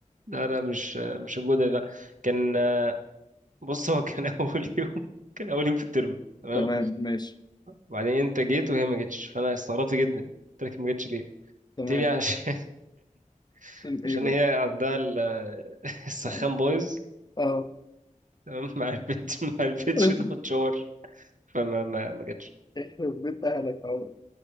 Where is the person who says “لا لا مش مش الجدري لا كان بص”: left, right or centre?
Right